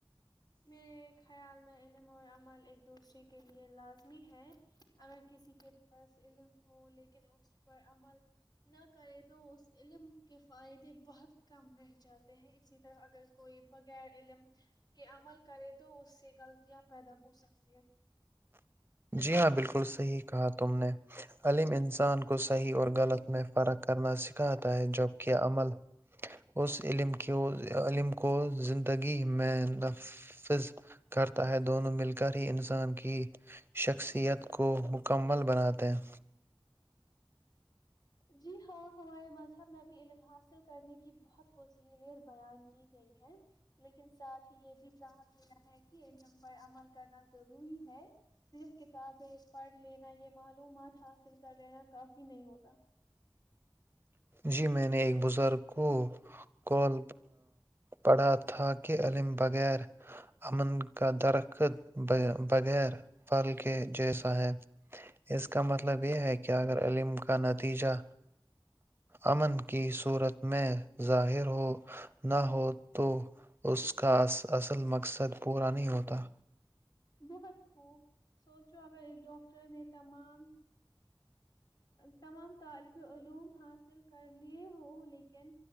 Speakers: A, on the left; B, on the right.
A: میرے خیال میں علم اور عمل ایک دوسرے کے لیے لازمی ہے اگر کسی کے پاس علم ہو لیکن اس پر عمل نہ کرے تو اس علم کے فائدے بہت کم رہ جاتے ہیں اسی طرح اگر کوئی بغیر علم کے عمل کرے تو اس سے غلطیاں پیدا ہو سکتی ہیں
B: جی ہاں بالکل سر کہا تم نے علم انسان کو صحیح اور غلط مح فرق کرنا سکھاتا ہے جبکہ عمل اس علم کی علم کو زندگی میں نفذ کرتا ہے دونوں مل کر ہی انسان کی شخصیت کو مکمل بناتے ہیں
A: جی ہاں ہمارے مذہب میں بھی علم حاصل کرنے کی بہت فضیلیت بیان کی گئی ہے لیکن ساتھ ہی یہ بھی چاہ دینا ہے کہ علم پر عمل کرنا ضروری ہے صرف کتابیں پڑھ لینا یہ معلومات حاصل کر لینا کافی نہیں ہوتا
B: جی میں نے ایک بزرگ کو کال پڑھا تھا کہ علم بغیر امن کا درخت بغیر فل کے جیسا ہے اس کا مطلب یہ ہے کہ اگر علم کا نتیجہ امن کی صورت میں ظاہر ہو نہ ہو تو اس کا اصل مقصد پورا نہیں ہوتا
A: بہت خوب سوچو اگر ایک ڈاکٹر نے تمام تمام طالب علوم حاصل کر لیے ہو لیکن